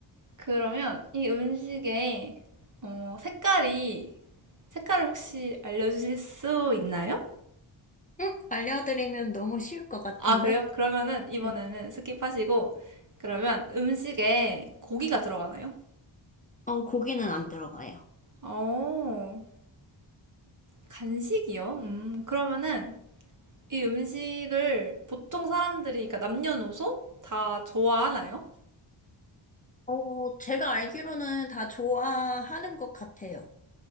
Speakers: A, on the right; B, on the left.
A: 그러면 이 음식의 어, 색깔이, 색깔을 혹시 알려주실 수 있나요?
B: 응? 알려드리면 너무 쉬울 것 같은데?
A: 아, 그래요? 그러면은
B: 네.
A: 이번에는 스킵하시고, 그러면 음식에 고기가 들어가나요?
B: 어, 고기는 안 들어가요.
A: 오, 간식이요? 음, 그러면은 이 음식을 보통 사람들이, 그러니까 남녀노소 다 좋아하나요?
B: 어, 제가 알기로는 다 좋아하는 것 같아요.